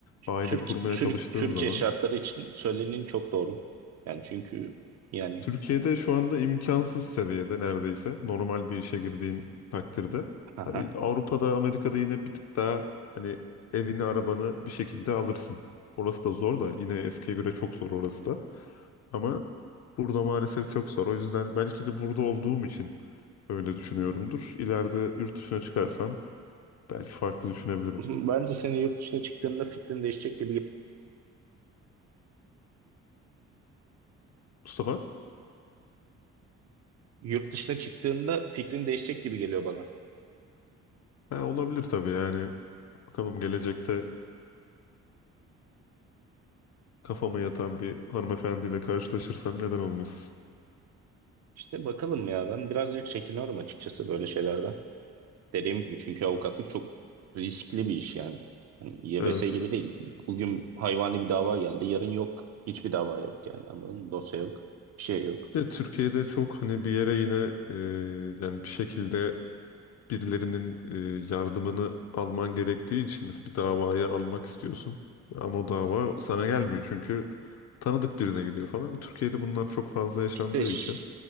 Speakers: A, on the left; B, on the right.
A: aile
B: Türk
A: kurmaya
B: Türk
A: çalıştığın
B: Türkiye
A: zaman
B: şartları için söylenin çok doğru. Yani çünkü yani
A: Türkiye'de şu anda imkansız seviyede neredeyse normal bir işe girdiğin takdirde.
B: aha.
A: Hani Avrupa'da, Amerika'da yine bir tık daha hani evini, arabanı bir şekilde alırsın. Orası da zor da yine eskiye göre çok zor orası da. Ama burada maalesef çok zor. O yüzden belki de burada olduğum için öyle düşünüyorumdur. İleride yurt dışına çıkarsam belki farklı düşünebilirim.
B: <laughs> Bence senin yurt dışına çıktığında fikrin değişecek gibi
A: Mustafa?
B: yurt dışına çıktığında fikrin değişecek gibi geliyor bana.
A: Ha, olabilir tabii yani. Bakalım gelecekte kafama yatan bir hanımefendiyle karşılaşırsam neden olmasın?
B: İşte bakalım ya ben birazcık çekiniyorum açıkçası böyle şeylerden. Dediğim gibi çünkü avukatlık çok riskli bir iş yani. Hani YBS
A: Evet.
B: gibi değil. Bugün hayvani bir dava geldi, yarın yok. Hiçbir dava yok yani anladın mı? Dosya yok, bir şey yok.
A: Ve Türkiye'de çok hani bir yere yine e, yani bir şekilde birilerinin e, yardımını alman gerektiği için mesela bir davaya almak istiyorsun. Ama o dava sana gelmiyor çünkü tanıdık birine gidiyor falan. Türkiye'de bunlar çok fazla yaşandığı
B: İşte ş-
A: için